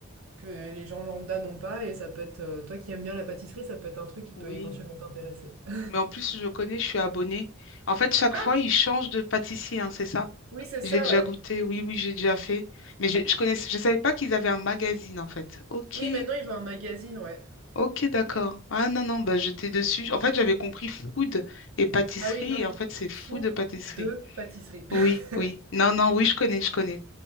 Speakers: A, on the right (about 85°); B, on the left (about 65°).
A: que les gens lambda n'ont pas et ça peut être, heu, toi qui aimes bien la pâtisserie, ça peut être un truc qui peut
B: oui.
A: éventuellement t'intéresser. <laughs>
B: Mais en plus, je connais, je suis abonnée. En fait, chaque
A: Ah!
B: fois, ils changent de pâtissier, hein, c'est ça?
A: Oui, c'est ça,
B: J'ai déjà
A: ouais.
B: goûté, oui, oui, j'ai déjà fait. Mais je, je connaissais, je savais pas qu'ils avaient un magazine, en fait. Ok.
A: Oui, maintenant, ils ont un magazine, ouais.
B: Ok, d'accord. Ah non, non, bah j'étais dessus. En fait, j'avais compris food et pâtisserie,
A: Ah oui, non.
B: et en fait, c'est food
A: Fou
B: de pâtisserie.
A: de pâtisserie. <laughs>
B: Oui, oui. Non, non, oui, je connais, je connais.